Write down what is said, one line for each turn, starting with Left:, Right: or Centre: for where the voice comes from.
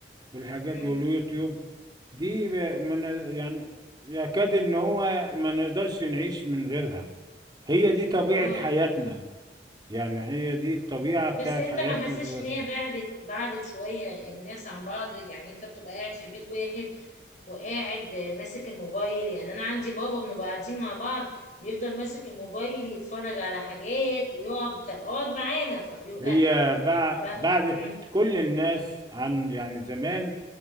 Right: والحاجات
Left: امم
Right: دي واليوتيوب دي ب- من يعني يكاد ان هو ما نقدرش نعيش من غيرها هي دي طبيعة
Left: اه
Right: حياتنا يعني هي دي الطبيعة
Left: بس
Right: بتاعت
Left: انت
Right: حياتنا
Left: ما حسيتش
Right: دلوقتي
Left: ان هي بعدت بعدت شوية الناس عن بعض يعني انت بتبقى قاعد في بيت واحد وقاعد ماسك الموبايل يعني انا عندي بابا بنبقى قاعدين مع بعض بيفضل ماسك الموبايل يتفرج على حاجات ويقعد طب اقعد معانا فبيبقى
Right: هي بع-
Left: ما
Right: بعدت
Left: امم
Right: كل الناس عن يعني زمان